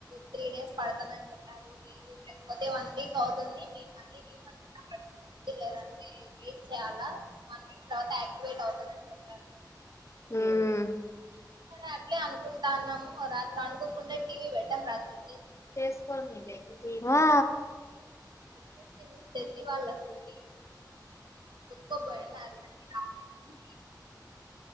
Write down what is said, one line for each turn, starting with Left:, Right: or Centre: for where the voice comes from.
Right: త్రీ డేస్ పడుతాదని చెప్పి అది లేదు లేకపోతే వన్ వీక్ అవుతుంది మీ మనీ రిఫండ్ అంట అవ్వదు లేదు అంటే వే చేయాలా వన్ వీక్ తర్వాత ఆ లేట్ అవుతదని చెప్పారు
Left: ఉం
Right: సరే అట్లే అనుకుంటా అన్నాము రాత్రి అనుకోకుండా టీవీ పెట్టాం రాత్రి వచ్చే
Left: చేసుకొనేలే నువ్ చెయ్ ఆ
Right: వద్సింది తెసిీ వాళ్ళసలుకి దుఃఖ పోయన <unintelligible>